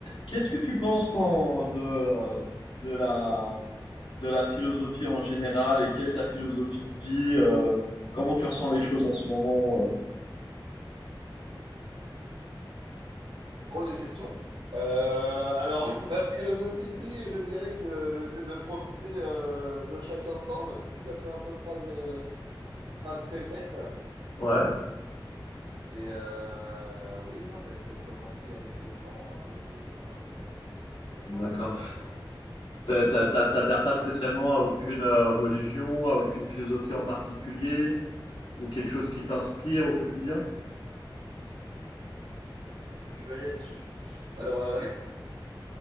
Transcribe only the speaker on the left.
Qu'est-ce que tu penses, toi, en- de, euh, de la, de la philosophie en général et quelle est ta philosophie de vie? euh, comment tu ressens les choses en ce moment? euh
Ouais,
d'accord.
T'a- t'a- t'a- T'adhères pas spécialement à aucune euh, religion, à aucune philosophie en particulier, ou quelque chose qui t'inspire au quotidien?